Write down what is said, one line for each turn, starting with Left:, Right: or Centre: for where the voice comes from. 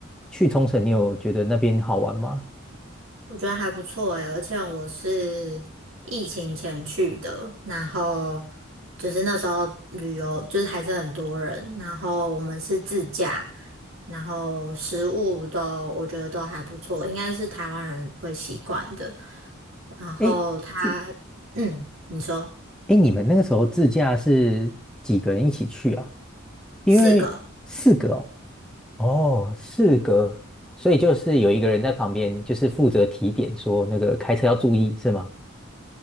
Centre: 去冲绳，你有觉得那边好玩吗？
Right: 我觉得还不错诶，而且我是疫情前去的，然后就是那时候旅游就是还是很多人，然后我们是自驾，然后食物都我觉得都还不错，应该是台湾人会习惯的。然后他嗯，
Centre: 哎，自，
Right: 你说
Centre: 哎，你们那个时候自驾是几个人一起去啊？因为四个哦，
Right: 四个，
Centre: 哦，四格，所以就是有一个人在旁边，就是负责提点说那个开车要注意，是吗？